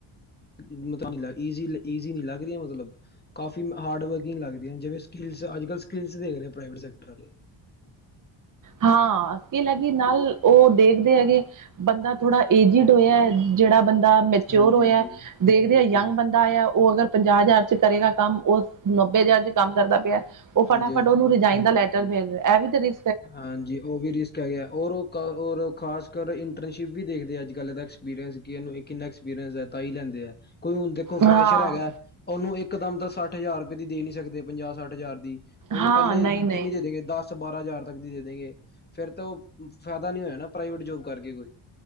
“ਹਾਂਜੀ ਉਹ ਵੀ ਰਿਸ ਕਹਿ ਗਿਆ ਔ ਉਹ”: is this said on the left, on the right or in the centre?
Left